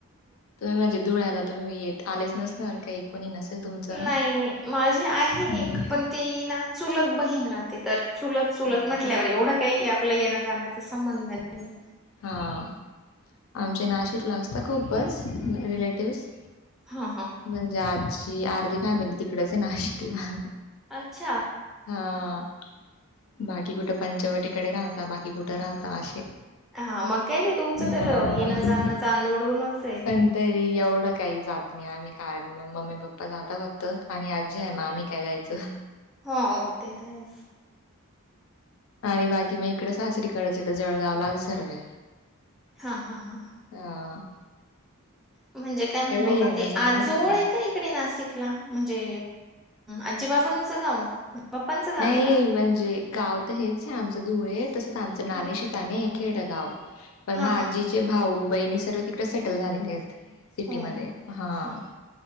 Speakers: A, on the left (about 65°); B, in the centre.
A: तुम्ही म्हणजे धुळ्याला तुम्ही येत. आलेच नसणार काही कोणी नसेल तुमचं
B: नाही नाही माझी आहे
A: नाही
B: एक
A: का
B: पण ती ना चुलक बहीण राहते तर चुलत चुलत
A: हो
B: म्हटल्यावर
A: का
B: एवढं काही आपला येण्या जाण्याचा संबंध नाही
A: हां आमचे नाशिकला असत खूपच रिलेटिव्ह्स
B: हा हा
A: म्हणजे आजी अर्धी फॅमिली तिकडच आहे नाशिकला
B: अच्छा
A: हा बाकी कुठं पंचवटीकडे राहता बाकी कुठं राहता असे
B: हा मग काय नाही तुमचं तर
A: हा
B: येणं जाणं चांदवडूनच आहेत
A: पण तरी एवढं काही जात नाही आम्ही कारण मग मम्मी पप्पा जाता फक्त आणि आजी आहे म आम्ही काय जायच च
B: होा ते आहे
A: आणि बाकी मग इकडे सासरी करायची जळगावला आज सर्व
B: हा हा हां
A: हा
B: म्हणजे काय म्हणतो
A: येणं
B: आपण ते
A: जाणं
B: आजोळ
A: होत
B: आहे का शिक म्हणजे आजीबाबांचं गाव पप्पांचं गाव
A: नाही
B: आहे का
A: म्हणजे गाव तर हेच आहे आमच धुळे तसंच आमच नाणे
B: हा
A: शिताने खे गाव पण मा
B: हा हा
A: आजीचे भाऊ बहिणी सर्व तिकडे सेटल झालेले आहेत सिटीमध्ये
B: हो हो हो
A: हां
B: ह